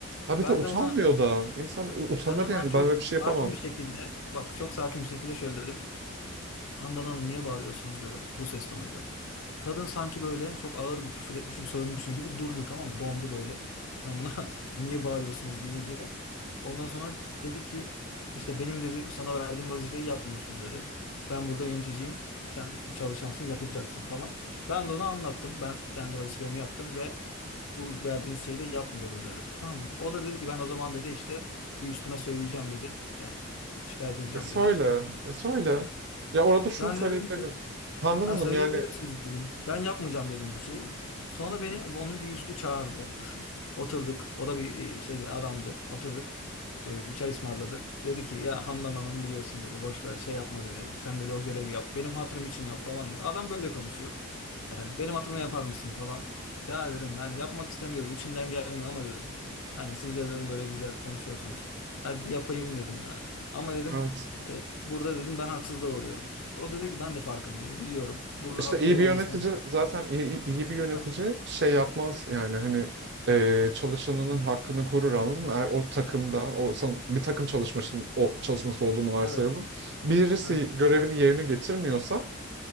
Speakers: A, on the right; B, on the left.
A: Ha bir
B: Ben
A: de utanmıyor
B: de ona
A: da. İnsan utanır
B: ben ona
A: yani
B: çok
A: ben böyle bir şey yapamam.
B: sakin bir şekilde bak çok sakin bir şekilde şöyle dedim. Handan Hanım niye bağırıyorsunuz dedim bu ses tonuyla. Kadın sanki böyle çok ağır bir küfür etmişim, sövmüşüm gibi durdu tamam mı? Dondu böyle. Ben ona <laughs> niye bağırıyorsunuz deyince. Ondan sonra dedi ki işte benim dedi sana verdiğim vazifeyi yapmıyorsun dedi. Ben burada yöneticiyim, sen çalışansın, yapacaksın falan. Ben de ona anlattım. Ben kendi vazifemi yaptım ve bu verdiğiniz şeyi de yapmıyorum dedim. Tamam mı? O da dedi ki ben o zaman dedi işte bir üstüme söyleyeceğim dedi. Ee, şikayet edeceğim
A: E söyle.
B: dedi.
A: E söyle. Ya orada şunu
B: Ben
A: söyleyebilirdin.
B: de dedim ki
A: Handan
B: Ha,
A: Hanım
B: söyleyebilirsiniz
A: yani
B: dedim. Ben yapmayacağım dedim bu şeyi. Sonra beni onun bir üstü çağırdı. Oturduk. O da bir e, şeydi adamdı. Oturduk. E, Bir çay ısmarladı. Dedi ki ya Handan Hanım biliyorsun dedi. Boş ver şey yapma dedi. Sen dedi o görevi yap. Benim hatırım için yap falan dedi. Adam böyle konuşuyor. Yani benim hatırıma yapar mısın falan. Ya dedim ben yapmak istemiyorum. içimden gelmiyor ama dedim. Hani siz dedim böyle güzel konuşuyorsunuz. Hadi yapayım dedim yani. Ama dedim
A: evet.
B: e, burada dedim ben haksızlığa uğruyorum. O dedi ki ben de farkındayım. Biliyorum. Burada
A: İşte
B: haklı
A: iyi
B: olan
A: bir yönetici
B: da sen.
A: zaten iyi, iyi bir yönetici
B: Ha.
A: şey yapmaz yani hani e, çalışanının hakkını korur anladın mı? Eğer o takımda o san- bir takım çalışmasının o çalışması olduğunu varsayalım.
B: Evet.
A: Birisi
B: Aha.
A: görevini yerine getirmiyorsa